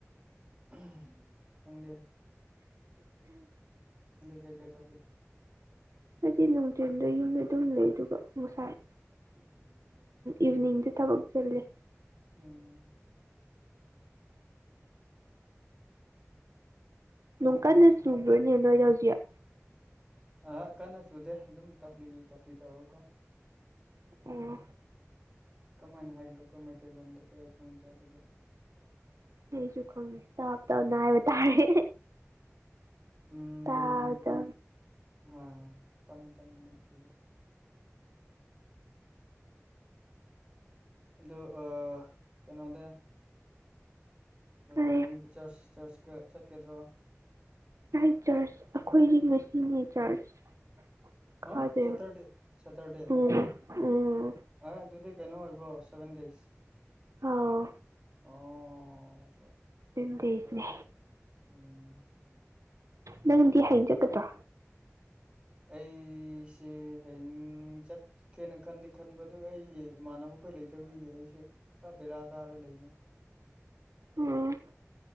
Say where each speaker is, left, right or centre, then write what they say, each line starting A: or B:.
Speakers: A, on the right; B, on the right.
A: <unintelligible> ꯅꯪꯗꯤ ꯅꯪꯗꯤ ꯀꯩꯀꯩ ꯇꯧꯒꯦ
B: ꯍꯥꯏꯗꯤ ꯅꯨꯡꯊꯦꯟꯗ ꯌꯨꯝꯗ ꯑꯗꯨꯝ ꯂꯩ ꯑꯗꯨꯒ ꯉꯁꯥꯏ ꯏꯚꯅꯤꯡꯁꯦ ꯊꯕꯛ ꯆꯜꯂꯦ
A: ꯎꯝ
B: ꯅꯨꯡ ꯀꯟꯅ
A: ꯑꯠꯆꯥ
B: ꯆꯨꯕ꯭ꯔꯅꯦ ꯅꯣꯏꯗ ꯍꯧꯖꯤꯛ
A: ꯑ ꯀꯟꯅ ꯆꯨꯗꯦ ꯑꯗꯨꯝ ꯇꯞꯂꯤ ꯇꯞꯂꯤ ꯇꯧꯔꯀꯣ
B: ꯑꯣ
A: ꯀꯃꯥꯏꯅ ꯍꯥꯏꯈ꯭ꯔꯣꯀꯣ ꯃꯩꯇꯩꯂꯣꯟꯗꯗꯤ ꯑꯩ ꯈꯪꯗ꯭ꯔꯦ ꯑꯗꯨꯗꯤ
B: ꯑꯩꯁꯨ ꯈꯪꯉꯦ ꯇꯞ ꯇꯞꯅ ꯍꯥꯏꯕ ꯇꯥꯔꯦ
A: ꯎꯝ
B: ꯇ ꯑꯗꯨ
A: ꯍꯣꯏ ꯍꯣꯏ ꯇꯝꯃꯃꯦꯣ ꯇꯝꯃꯣ ꯑꯗꯨꯝ ꯇꯔꯛꯑꯣ ꯑꯗꯨꯗ ꯀꯩꯅꯣꯗ
B: ꯀꯔꯤ
A: ꯍꯌꯦꯡꯁ ꯆꯔꯆ ꯆꯔꯆꯀ ꯆꯠꯀꯗ꯭ꯔꯣ
B: ꯥꯏ ꯆꯔꯆ ꯑꯩꯈꯣꯏꯒꯤ ꯃꯁꯤꯅꯤ ꯆꯔꯆ ꯀꯥꯗꯣꯏꯕ
A: ꯍ ꯁꯇꯔꯗꯦ ꯁꯇꯔꯗꯦ
B: ꯎꯝ ꯎꯝ
A: ꯍꯣꯏ ꯑꯗꯨꯗꯤ ꯀꯩꯅꯣ ꯑꯣꯏꯕ꯭ꯔꯣ ꯁꯚꯦꯟ ꯗꯦꯖ
B: ꯑꯥꯎ
A: ꯑꯣ
B: ꯑꯗꯨꯤꯟꯗꯁꯅꯦ
A: <inaudible>
B: ꯅꯪꯗꯤ ꯍꯥꯏꯡꯖꯀꯗ꯭ꯔꯣ
A: ꯑꯩꯁꯦ ꯍꯌꯦꯡ ꯆꯠ ꯀꯦꯅ ꯈꯟꯗꯤꯦ ꯈꯟꯕꯗꯨ ꯑꯩꯒꯤ ꯏꯃꯥꯟꯅꯕꯈꯣꯏ ꯂꯩꯇꯕꯤꯒꯦ ꯑꯩꯁꯦ ꯈꯔ ꯕꯦꯔꯥ ꯀꯥꯔ ꯂꯩꯅꯤꯩ
B: ꯑꯣꯝ